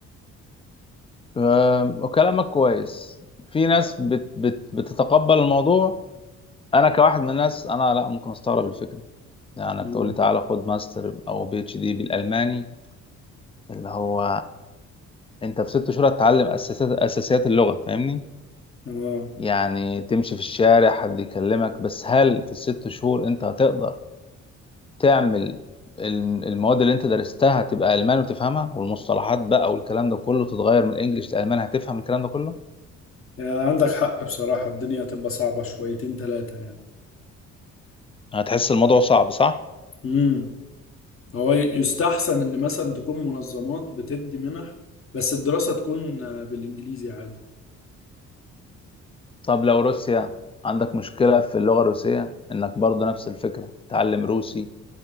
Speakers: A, on the left; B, on the left.
A: أم، وكلامك كويس في ناس بت بت بتتقبل الموضوع انا كواحد من الناس انا لا ممكن استغرب الفكره يعني
B: مم.
A: انك تقول لي تعالى خد ماستر او بي اتش دي بالالماني اللي هو انت في ست شهور هتتعلم اساسيات اساسيات اللغه فاهمني
B: اه
A: يعني تمشي في الشارع حد يكلمك بس هل في الست شهور انت هتقدر تعمل ال- المواد اللي انت درستها تبقى ألمان وتفهمها والمصطلحات بقى والكلام ده كله تتغير من الإنجليش للألمان هتفهم الكلام ده كله
B: يعني عندك حق بصراحة الدنيا هتبقى صعبة شويتين تلاتة يعني
A: هتحس الموضوع صعب صح؟
B: امم هو ي- يستحسن إن مثلا تكون منظمات بتدي منح بس الدراسة تكون آه، بالإنجليزي عادي
A: طب لو روسيا عندك مشكلة في اللغة الروسية إنك برضه نفس الفكرة تتعلم روسي